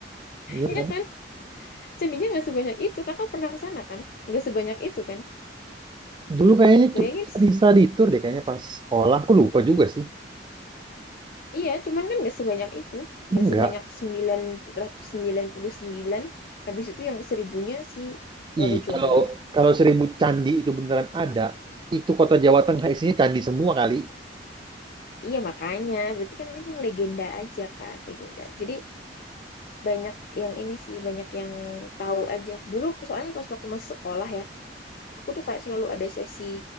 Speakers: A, on the right (about 25°); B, on the left (about 55°).
A: Iya
B: Iya
A: kan?
B: kan? Candinya nggak sebanyak itu. Kakak pernah ke sana kan? Nggak sebanyak itu kan?
A: Dulu kayaknya
B: Bayangin,
A: cu-
B: s-
A: study, study tour deh kayaknya pas sekolah. Aku lupa juga sih.
B: iya, cuman kan nggak sebanyak itu. Nggak
A: Enggak.
B: sebanyak sembilan sembilan ratus sembilan puluh sembilan Habis itu yang seribunya si Robert
A: Ih,
B: Jonggrang.
A: kalau kalau seribu candi itu beneran ada, itu kota Jawa Tengah isinya candi semua kali.
B: Iya, makanya. Berarti kan ini emang legenda aja kan? Legenda. Jadi banyak yang ini sih, banyak yang tahu aja. Dulu soalnya pas waktu masih sekolah ya, aku tuh kayak selalu ada sesi